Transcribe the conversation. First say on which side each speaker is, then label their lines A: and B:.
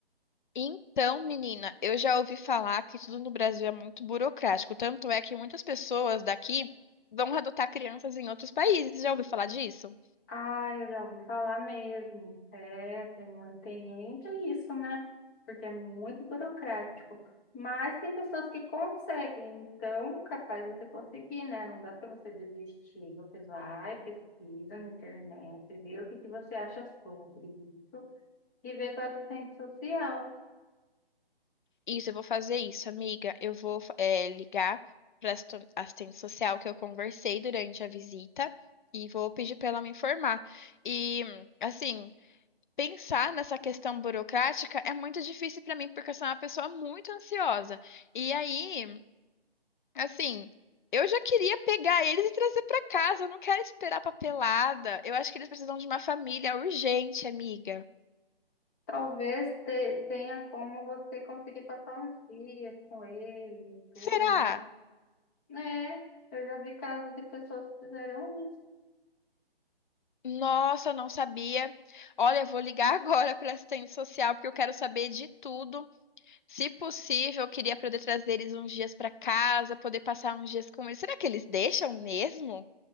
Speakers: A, on the left; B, on the left.
A: Então, menina, eu já ouvi falar que tudo no Brasil é muito burocrático. Tanto é que muitas pessoas daqui vão adotar crianças em outros países. Já ouviu falar disso?
B: Ah, eu já ouvi falar mesmo. É, tem, mu- tem ainda isso, né? Porque é muito burocrático. Mas tem pessoas que conseguem, então capaz de você conseguir, né? Não dá para você desistir. Você vai, pesquisa na internet, vê o que que você acha sobre isso e vê com a assistência social.
A: Isso, eu vou fazer isso, amiga. Eu vou, eh, ligar para a assistente social que eu conversei durante a visita e vou pedir para ela me informar. E, assim, pensar nessa questão burocrática é muito difícil para mim, porque eu sou uma pessoa muito ansiosa. E aí. Assim, eu já queria pegar eles e trazer pra casa. Eu não quero esperar papelada. Eu acho que eles precisam de uma família urgente, amiga.
B: Talvez te- tenha como você conseguir passar uns dias com ele, e tudo,
A: Será?
B: né? É, eu já vi casos de pessoas que fizeram isso.
A: Nossa, eu não sabia. Olha, eu vou ligar <laughs> agora para assistente social porque eu quero saber de tudo. Se possível, eu queria poder trazer eles uns dias para casa, poder passar uns dias com eles. Será que eles deixam mesmo?